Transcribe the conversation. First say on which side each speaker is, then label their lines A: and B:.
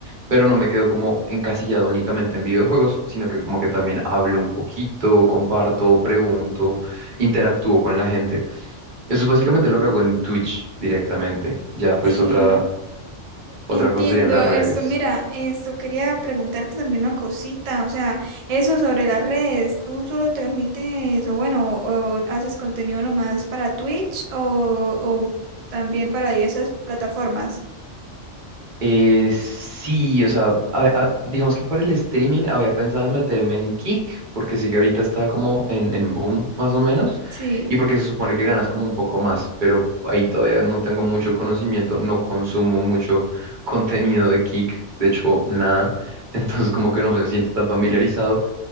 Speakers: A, on the right (about 45°); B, on the right (about 70°).
A: pero no me quedo como encasillado únicamente en videojuegos, sino que como que también hablo un poquito, comparto, pregunto, interactúo con la gente. Eso es básicamente
B: Mm,
A: lo que hago en Twitch directamente. Ya, pues
B: sí.
A: otra, otra
B: Entiendo
A: cosa serían las redes.
B: esto. Mira, esto quería preguntarte también una cosita, o sea, eso sobre las redes, ¿tú solo transmites o bueno, o haces contenido nomás para Twitch o, o también para diversas plataformas?
A: Eh, sí, o sea, a- a- digamos que por el streaming había pensado en meterme en Kick, porque sí que ahorita está como en, en boom, más o menos,
B: Sí.
A: y porque se supone que ganas como un poco más, pero ahí todavía no tengo mucho conocimiento, no consumo mucho contenido de Kick, de hecho, nada. <laughs> Entonces, como que no me siento tan familiarizado